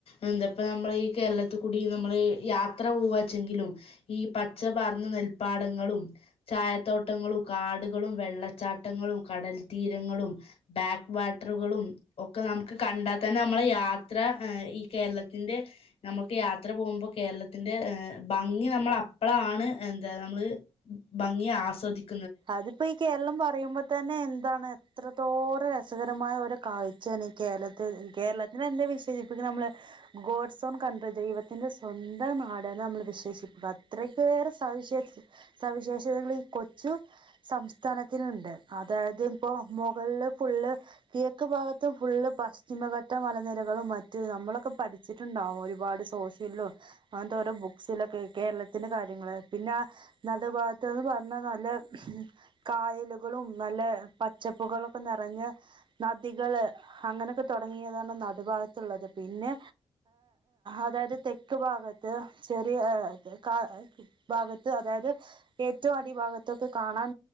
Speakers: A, on the left (about 65°); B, on the right (about 50°).
A: എന്താപ്പ നമ്മളീ കേരളത്തിൽ കൂടി നമ്മൾ യാത്ര പോവാച്ചെങ്കിലും ഈ പച്ച പാർന്ന നെൽപ്പാടങ്ങളും ചായത്തോട്ടങ്ങളും കാടുകളും വെള്ളച്ചാട്ടങ്ങളും കടൽ തീരങ്ങളും ബാക്ക് വാട്ടറുകളും ഒക്കെ നമുക്ക് കണ്ടാ തന്നെ നമ്മള യാത്ര ഈ കേരളത്തിന്റെ നമ്മുക്ക് യാത്ര പോകുമ്പോ കേരളത്തിന്റെ ഏഹ് ഭംഗി നമ്മൾ അപ്പഴാണ് എന്താ നമ്മള് ഭംഗി ആസ്വദിക്ക
B: അതിപ്പോ ഈ കേരളം പറയുമ്പോ തന്നെ എന്താണ് എത്രത്തോറെ രസകരമായ ഒരു കാഴ്ച തന്ന ഈ കേരളത്തി കേരളത്തിനെ എന്തെ വിശേഷിപ്പിക്കുന്നത് നമ്മള് ഗോഡ്സോൺ കൺട്രി ദൈവത്തിൻ്റെ സ്വന്തം നാടെ നമ്മൾ വിശേഷിപ്പിക്കുക അത്രക്കേറെ സവിശേഷ സവിശേഷതകൾ ഈ കൊ ച്ചു സംസ്ഥാനത്തിനുണ്ട് അതായത് ഇപ്പോ മുകളില് ഫുള്ള് കിഴക്ക് ഭാഗത്ത് ഫുള്ള് പശ്ചിമഘട്ട മലനിരകളും മറ്റ നമ്മളൊക്കെ പഠിച്ചിട്ടുണ്ടാവും ഒരുപാട് സോഷ്യലിലും അങ്ങനത്തെ ഓരോ ബുക്സിലൊക്കെ കേരളത്തിന്റെ കാര്യങ്ങള് പിന്നെ നടു ഭാഗത്തുന്ന് പറഞ്ഞ നല്ല കായലുകളും നല്ല പച്ചപ്പുകളൊക്കെ നിറഞ്ഞ നദികള് അങ്ങനെയൊക്കെ തുടങ്ങിയതാണ് നടുഭാഗത്തുള്ളത്, പിന്നെ അതായത് തെക്ക് ഭാഗത്ത് ചെറിയ കാ ഭാഗത്ത് അതായത് ഏറ്റവും അടി ഭാഗ ത്തൊക്കെ കാണാൻ